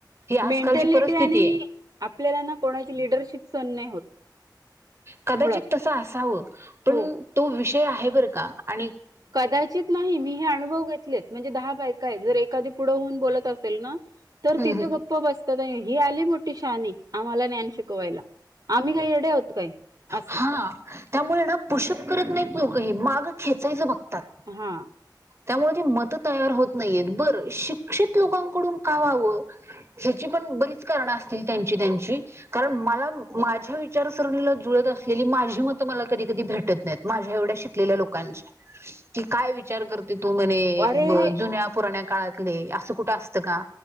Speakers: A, on the right; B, on the right.
A: ही आजकालची
B: मेंटॅलिटी
A: परिस्थिती
B: आणि
A: आहे
B: आपल्याला ना कोणाची लिडरशिप सन नाही होत.
A: कदाचित
B: मुळात
A: तस असा पण
B: हो
A: तो- ते आहे बरं का? आणि
B: कदाचित नाही, मी हे अनुभव घेतलेत. म्हणजे दहा बायका आहेत, जर एखादी पुढं होऊन बोलत असेल ना तर
A: हम्म
B: तिथे
A: हम्म
B: गप्प बस ही आली मोठी शहाणी, आम्हाला ज्ञान शिकवायला. आम्ही काही येडे आहोत काय असं
A: हा त्यामुळे ना पुशप करत नाही. लोक हे, मागं खेचायचं बघ तात,
B: हा
A: त्यामुळे ते मत तयार होत- नाहीेत, बरं. शिक्षित लोकांकडून का व्हावं? ह्याची पण बरीच कारणं असतील त्यांची, त्यांची, कारण मला- माझ्या विचारसरणीला जुळत असलेली माझी मतं मला कधी कधी भेटत नाहीत, माझ्या एवढ्या शिकलेल्या लोकांची की काय विचार कर तू म्हणे,
B: अरे
A: ब जुन्या पुराण्या काळातले, असं कुठं असतं का?